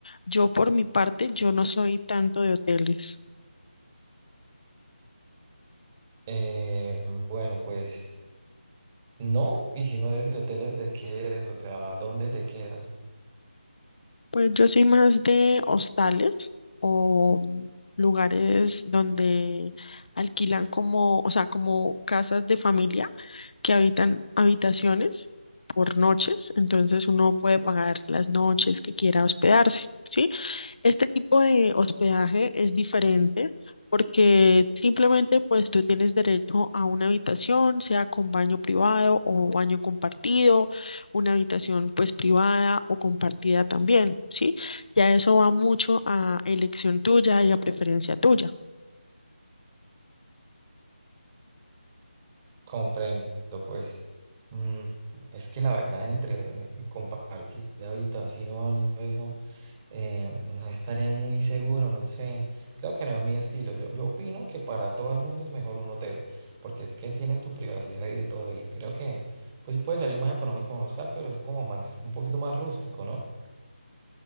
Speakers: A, on the left; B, on the right.
A: Yo por mi parte, yo no soy tanto de hoteles.
B: Eh, bueno, pues no, y si no eres de hoteles, ¿de qué eres? O sea, ¿dónde te quedas?
A: Pues yo soy más de hostales o mm, lugares donde alquilan como, o sea, como casas de familia que habitan habitaciones por noches. Entonces uno puede pagar las noches que quiera hospedarse, ¿sí? Este tipo de hospedaje es diferente porque simplemente pues tú tienes derecho a una habitación, sea con baño privado o baño compartido, una habitación pues privada o compartida también, ¿sí? Ya eso va mucho a elección tuya y a preferencia tuya.
B: Comprendo, pues. Mm, es que la verdad, entre eh, compartir habitación y todo eso, eh, no estaría muy seguro, no sé. Creo que no es mi estilo. Yo, yo opino que para todo el mundo es mejor un hotel, porque es que tienes tu privacidad y de todo. Y creo que, pues sí puede salir más económico un hostal, pero es como más, un poquito más rústico, ¿no?